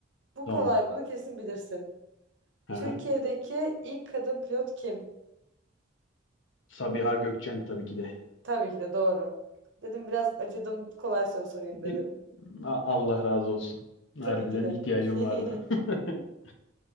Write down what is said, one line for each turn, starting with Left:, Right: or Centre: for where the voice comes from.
Right: Bu
Left: Tamam.
Right: kolay bunu kesin bilirsin.
Left: Hı
Right: Türkiye'deki
Left: hı.
Right: ilk kadın pilot kim?
Left: Sabiha Gökçen tabii ki de.
Right: Tabii ki de doğru. Dedim biraz acıdım kolay soru sorayım dedim.
Left: Bir- A- Allah razı olsun.
Right: Tabii
Left: Harbiden
Right: ki de.
Left: ihtiyacım
Right: <laughs>
Left: vardı. <laughs>